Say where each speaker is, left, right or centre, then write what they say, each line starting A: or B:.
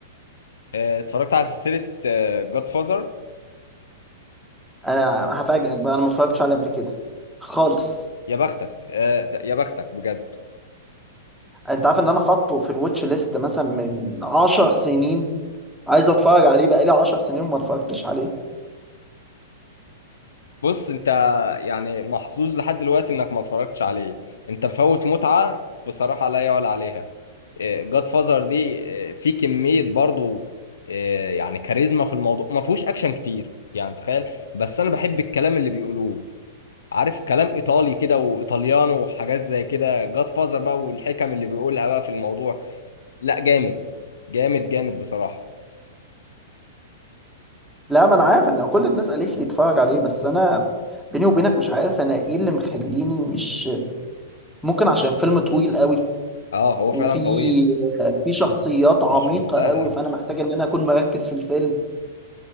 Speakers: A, on the left (about 75°); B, in the centre.
A: آه، اتفرجت على سلسله جاد فازر
B: أنا هفاجئك بقى أنا ما اتفرجتش عليه قبل كده خالص
A: يا بختك آه، يا بختك بجد
B: أنت عارف إن أنا حاطه في الواتش ليست مثلا من عشر سنين عايز أتفرج عليه بقالي عشر سنين وما اتفرجتش عليه
A: بص انت يعني محظوظ لحد دلوقتي انك ما اتفرجتش عليه انت مفوت متعة بصراحة لا يعلى عليها جاد فازر دي اه، في كمية برضو اه، يعني كاريزما في الموضوع ما فيهوش اكشن كتير يعني تخيل بس انا بحب الكلام اللي بيقولوه عارف كلام ايطالي كده وايطاليانو وحاجات زي كده جاد فازر بقى والحكم اللي بيقولها بقى في الموضوع لا جامد جامد جامد بصراحة
B: لا ما انا عارف ان كل الناس قالت لي اتفرج عليه بس انا بيني وبينك مش عارف انا ايه اللي مخليني مش ممكن عشان فيلم طويل قوي
A: اه هو فعلا
B: وفي
A: طويل
B: في شخصيات عميقة
A: مش مستاهل
B: قوي
A: آه.
B: فانا محتاج ان انا اكون مركز في الفيلم